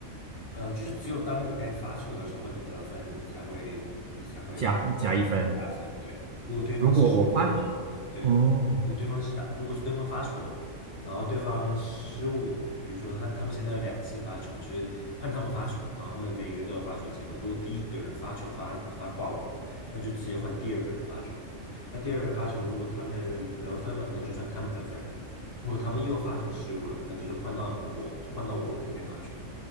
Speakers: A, on the left; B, on the right.
A: 呃，就是只有当你在发球的时候，你得分，你才会你才会
B: 加一加一分。
A: 打加分。对，如果对方失误，
B: 如果我发球，
A: 对，
B: 哦，
A: 如果对方是打，如果是对方发球，然后对方失误，比如说他他们现在有两次发球，就是换他们发球，然后他们每一个人都有发球机会。如果第一个人发球发发挂网，那就直接换第二个人发球。那第二个人发球，如果他们得分了，那就算他们得分；如果他们又发球失误了，那就是换到我换到我们这边发球，